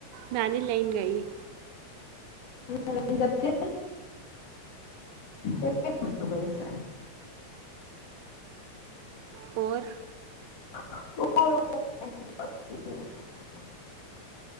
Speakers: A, on the right (about 90°); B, on the left (about 55°).
A: નાની લઈન ગઈ.
B: મલાન જાતે. <inaudible>
A: ઓર.
B: <inaudible>